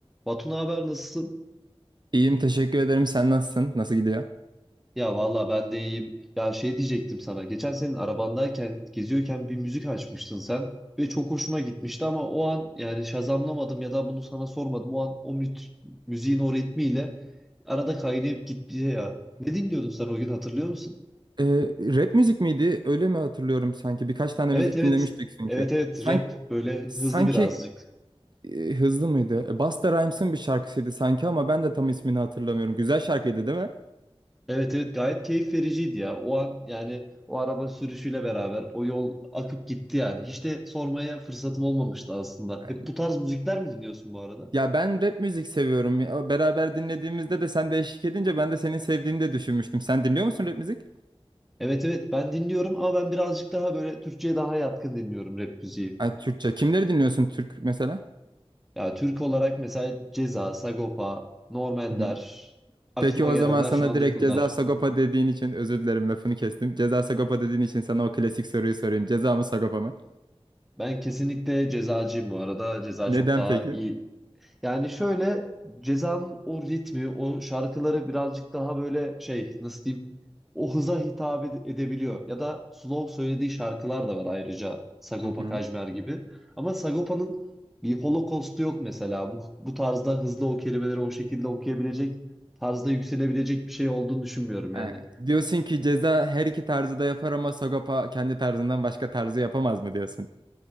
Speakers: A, in the centre; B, on the right (about 45°).
A: Batu ne haber nasılsın?
B: İyiyim teşekkür ederim. Sen nasılsın? Nasıl gidiyor?
A: Ya valla ben de iyiyim. Ya şey diyecektim sana. Geçen senin arabandayken geziyorken bir müzik açmıştın sen ve çok hoşuma gitmişti ama o an yani şazamlamadım ya da bunu sana sormadım. O an o müt- müziğin o ritmiyle arada kaynayıp gitti ya. Ne dinliyordun sen o gün hatırlıyor musun?
B: Ee, rap müzik miydi? Öyle mi hatırlıyorum sanki? Birkaç tane
A: Evet
B: müzik
A: evet.
B: dinlemiştik çünkü.
A: Evet evet
B: Sanki,
A: rap böyle
B: sanki
A: hızlı birazcık.
B: e, hızlı mıydı? E, Busta Rhymes'ın bir şarkısıydı sanki ama ben de tam ismini hatırlamıyorum. Güzel şarkıydı değil mi?
A: Evet evet gayet keyif vericiydi ya. O an yani o araba sürüşüyle beraber o yol akıp gitti yani. Hiç de sormaya fırsatım olmamıştı aslında.
B: Ay,
A: Hep bu tarz müzikler mi dinliyorsun bu arada?
B: Ya ben rap müzik seviyorum. Ya Beraber dinlediğimizde de sen de eşlik edince ben de senin sevdiğini de düşünmüştüm. Sen dinliyor musun rap müzik?
A: Evet evet ben dinliyorum ama ben birazcık daha böyle Türkçe'ye daha yatkın dinliyorum rap müziği.
B: Ha, Türkçe. Kimleri dinliyorsun Türk mesela?
A: Ya Türk olarak mesela Ceza, Sagopa, Norm Ender,
B: Hı.
A: aklıma
B: Peki o
A: gelenler
B: zaman sana
A: şu anlık
B: direkt
A: bunlar.
B: ceza Sagopa dediğin için özür dilerim lafını kestim. Ceza Sagopa dediğin için sana o klasik soruyu sorayım. Ceza mı Sagopa mı?
A: Ben kesinlikle cezacıyım bu arada. Ceza
B: Neden
A: çok daha
B: peki?
A: iyi Yani şöyle Ceza'nın o ritmi, o şarkıları birazcık daha böyle şey nasıl diyeyim o hıza hitap ed- edebiliyor. Ya da slow söylediği şarkılar da var ayrıca Sagopa
B: Hı hı.
A: Kajmer gibi. Ama Sagopa'nın bir Holocaust'u yok mesela. Bu, bu tarzda hızlı o kelimeleri o şekilde okuyabilecek, tarzda yükselebilecek bir şey olduğunu düşünmüyorum
B: Ha,
A: yani.
B: diyorsun ki ceza her iki tarzı da yapar ama Sagopa kendi tarzından başka tarzı yapamaz mı diyorsun?